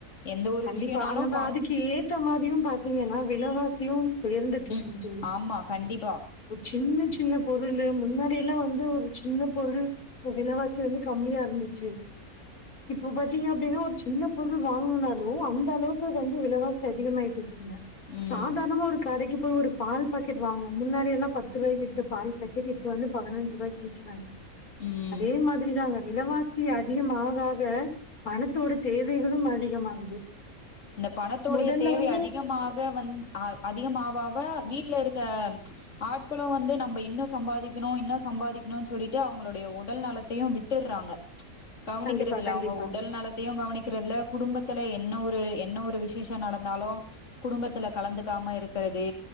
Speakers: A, on the left; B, on the left.
A: எந்த ஒரு
B: கண்டிப்பா.
A: விஷயனாலும்
B: நம்ம அதுக்கு ஏத்த மாரியும் பாத்தீங்கன்னா வெலவாசியும் உயர்ந்துட்டு இருக்கு
A: ம் ஆமா கண்டிப்பா
B: சின்ன சின்ன பொருள் முன்னாடிய இல்ல வந்து ஒரு சின்ன பொருள் இப்ப விலவாசி வந்து கம்மியா இருந்துச்சு இப்போ பாத்தீங்க அப்படின்னா ஒரு சின்ன பொருள் வாங்குனாலும் அந்த அளவுக்கு அது வந்து விலவாசி அதிகமாயிட்டுது
A: ம்
B: சாதாரணமா ஒரு கடக்கு இப்ப ஒரு பால் பாக்கெட் வாங்கணும் முன்னாடிய எல்ல பத்து ரூபாய்க்கு விட்ட பால் பாக்கெட் இப்ப வந்து பதினஞ்ச ரூபாய்க்க விற்கிறாங்க
A: ம்
B: அதே மாதிரிதாங்க விலவாச சி அதிகமாகாக பணத்தோட தேவைகளும் அதிகமாகுது
A: இந்த பணத்தோடைய
B: முதல்ல
A: தேவை
B: வந்து
A: அதிகமாக வந் அதிகமாவாவ வீட்டுல இருக்க ஆட்களும் வந்து நம்ம இன்னும் சம்பாதிக்கணும் இன்னும் சம்பாதிக்கணும்னு சொல்லிட்டு அவங்களுடைய உடல் நலத்தையும் விட்டுறாங்க கவனிக்கிறதுல
B: கண்டிப்பா கண்டிப்பா
A: அவங்க உடல் நலத்தையும் கவனிக்கிறதுல குடும்பத்துல என்ன என்ன ஒரு என்ன ஒரு விசேஷம் நடந்தாலும் குடும்பத்துல கலந்துக்காம இருக்கிறது